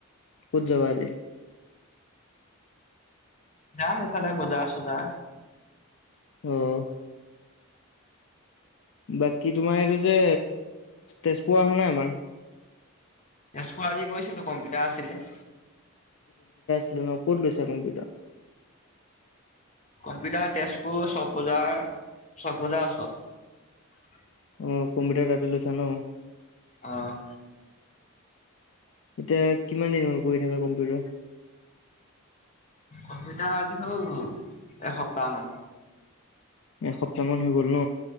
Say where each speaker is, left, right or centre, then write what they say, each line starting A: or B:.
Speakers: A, on the left (about 60°); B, on the left (about 30°).
A: ক'ত যাবা আজি?
B: যাম এইফালে বজাৰ চজাৰ।
A: অঁ বাকী তোমাৰ এইটো যে তেজপুৰ অহা নাই আমাৰ।
B: <unintelligible> আজি গৈছিলো কম্পিউটাৰ আছিলে।
A: <unintelligible> ' ক'ত লৈছা কম্পিউটা।
B: কম্পিউটাৰ, তেজপুৰ চকবজাৰ, চকবজাৰ ওচৰত।
A: অ', কম্পিউটাৰ তাতে লৈছা ন?
B: অ'।
A: এতিয়া কিমান দিন হ'ল কৰি থাকা কম্পিউটাৰ?
B: কম্পিউটাৰ আজি হ'ল এসপ্তাহ মান।
A: এসপ্তাহ মান হৈ গ'ল ন